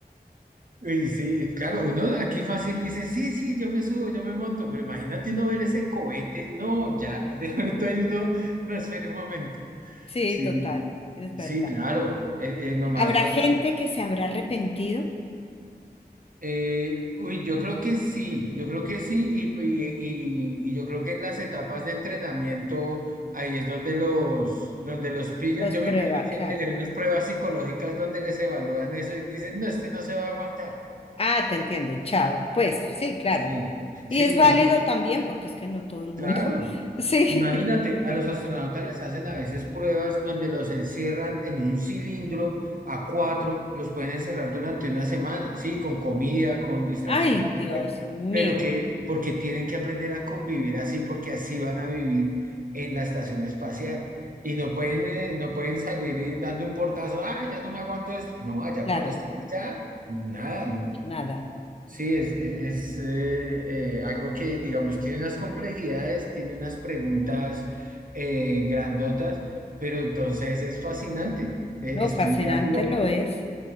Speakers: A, on the right; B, on the left.
A: Y sí, claro, uno aquí fácil dice, sí, sí, yo me subo, yo me monto, pero imagínate uno ver ese cohete, no, ya, <laughs> de pronto hay uno, no, espere un momento.
B: Sí,
A: Sí,
B: total, es verdad.
A: sí, claro, eh, eh, nomás
B: Habrá
A: los...
B: gente que se habrá arrepentido,
A: Eh, uy, yo creo que sí, yo creo que sí, y, y- y- y yo creo que en las etapas de entrenamiento, ahí es donde los, donde los pillan.
B: los
A: Yo
B: prueba,
A: me imagino
B: claro.
A: que deben tener unas pruebas psicológicas donde les evalúan eso y dicen, no, este no se va a aguantar.
B: Ah, te entiendo, chao. Pues sí, claro.
A: Sí, sí,
B: Y es válido también, porque es que no todo el
A: Claro.
B: mundo. <laughs> Sí.
A: Imagínate, a los astronautas les hacen a veces pruebas donde los encierran en un cilindro a cuatro, los pueden encerrar durante una semana, sí, con comida, con distracciones,
B: Ay, Dios mío.
A: pero que porque tienen que aprender a convivir así, porque así van a vivir en la estación espacial. Y no pueden, eh, no pueden salir eh, dando un portazo, ah, ya no me aguanto esto. No, allá
B: Claro,
A: cuando estén allá, nada,
B: nada.
A: Sí, es, es- es, eh, eh, algo que, digamos, tiene unas complejidades, tiene unas preguntas eh, grandotas, pero entonces es fascinante eh,
B: No,
A: estudiarlo.
B: fascinante lo es.